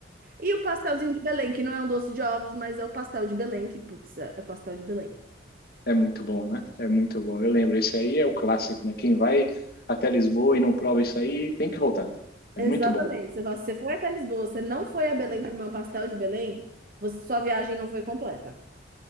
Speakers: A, on the right; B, on the left.
A: E o pastelzinho de Belém, que não é um doce de ovos, mas é o pastel de Belém, que, putz, é o pastel de Belém.
B: é muito bom, né? É muito bom. Eu lembro, esse aí é o clássico, né? Quem vai até Lisboa e não prova isso aí, tem que voltar. É
A: Exatamente.
B: muito bom,
A: Você fala, se você foi até Lisboa, você não foi a Belém comer um pastel de Belém, você, sua viagem não foi completa.